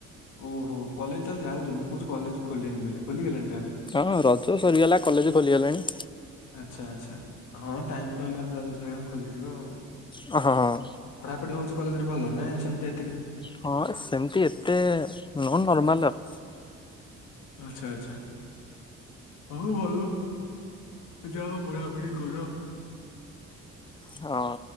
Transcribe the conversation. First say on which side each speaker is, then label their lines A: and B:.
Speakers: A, on the left; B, on the left.
A: ଓହୋ କଲେଜ ତାହେଲେ ଯାଉଛଛି ମୁଁ କହୁଛି କଲେଜ ଖୋଲିଲିନି ବ ଖୋଲିଗଲାଣି ତାହେଲେ।
B: ହଁ ରଜ ସରିଗଲା କଲେଜ ଖୋଲିଗଲାଣି।
A: ଆଚ୍ଛା ଆଚ୍ଛା ହଁ ଟାଇମ୍ ତ ହେଇଗଲାଣି <unintelligible> ଖୋଲିଯିବ ଆଉ।
B: ହ ହଁ ହଁ।
A: ପଢାଢି ହଉଛି କଲେରେ ଭ ନାଁ ସେମତି
B: ହଁ ସେମିତି ଏତେ ନୁହ ନର୍ମାଲ
A: ଆଚଛା ଆଚଛା ହଁ ଭଲ। ଯାଅ ପଢାପଢ଼ି କର।
B: ହଁ।